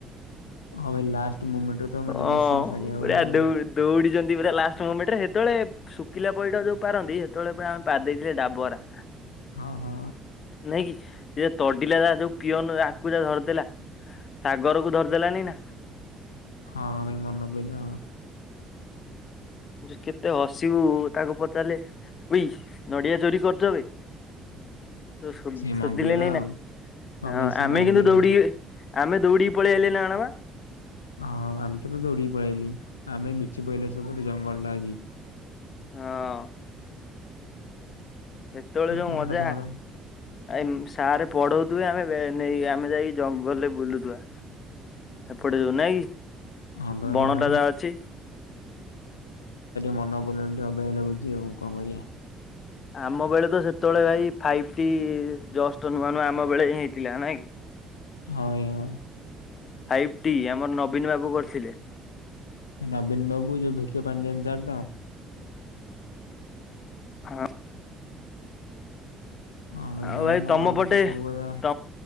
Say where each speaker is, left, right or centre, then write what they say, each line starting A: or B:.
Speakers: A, on the left (about 80°); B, on the left (about 40°).
A: ହଁ ବେ ଲାଷ୍ଟ ମୁମେଣ୍ଟରେ ତ ମାନେ
B: ଅଁ
A: ଦଶମ ସରିଲା
B: ପୁରା
A: ବେଳେ ଆଉ।
B: ଦୌଡ଼ ଦୌଡିଛନ୍ତି ପୁରା ଲାଷ୍ଟ ମୁମେଣ୍ଟ ରେ ହେତୋଳେ ଶୁଖିଲା ପଇଡ ଯୋଉ ପାରନ୍ତି ହେତୋଳେ ପୁରା ପାରିଦେଇଥିଲେ ଡାବରା।
A: ହଁ ହଁ
B: ନାଇଁ କି ସେ ଯା ତଡିଲା ଯା ଯୋଉ ପିଅନ ଆକୁ ଯା ଧରିଦେଲା ସାଗରକୁ ଧରିଦେଲାନି ନା।
A: ହଁ ଭାଇ ମନେପଇଲା ହଁ।
B: ଯେ କେତେ ହସିବୁ ତାକୁ ପଚାଲେ ଉଇ ନଡିଆ ଚୋରି କରୁଚବେ। ସୋଦ
A: ସିଏ ମଙ୍ଗିଗଲା
B: ସୋଦିଲେନି
A: ଆଉ
B: ନା ।ହଁ
A: ଭାଇ ସିଏ
B: ଆମେ
A: ମଙ୍ଗିଗଲା।
B: କିନ୍ତୁ ଦୌଡିକି ଆମେ ଦୌଡିିକି ପଳେଇ ଆଇଲେ ନା କଣ ଆଣବା।
A: ହଁ ଆମେତ ତ ଦୌଡ଼ିକି ପଳେଇ ଆଇଲି। ଆମେ ନିଚି ପଇଲେ ସବୁ। ଜଙ୍ଗଲ ଟା ଜିି
B: ହଁ ସେତେବେଳେ
A: ଏ
B: ଯୋଉ
A: ପିଲାଟା
B: ମଜା
A: ଧର
B: ଆ ସ ପଢଉଥିବେ ଆମେ ନେଇ ଆମେ ଯାଇକି ଜଙ୍ଗଲରେ ବୁଲୁଥିବା ଏପଟେ ଯଉ ନାଇଁ କି?
A: <unintelligible> କହ ଟିକେ
B: ବଣଟା ଯା ଅଛି।
A: ମନ ବଲ ଟିକେ ଅବାଗିଆ ବୁଝି ଆଉ କଣ କରିବା?
B: ଆମ ବେଳେ ତ ସେତେବେଳେ ଭାଇ ଫାଇପ୍ଟି ଜଷ୍ଟ ନୂଆ ନୂଆ ଆମ ବେଳେ ହିଁ ହେଇଥିଲା ନାଇଁ କି?
A: ହଁ ଭାଇ ହଁ।
B: ଫାଇପ୍ଟି ଆମର ନବୀନ ବାବୁ କରିଥିଲେ।
A: ନଵୀନ ବାବୁ ଯୋଉ ଭିକେ ପାଣ୍ଡିଆନ ସାର ତ
B: ହଁ
A: ହଁ ଭାଇ
B: ଆଉ
A: ଭାଇ ମନ
B: ତମ ପଟେ
A: ପଛି ସବୁ ବେଳେ ଏଁ
B: ତମ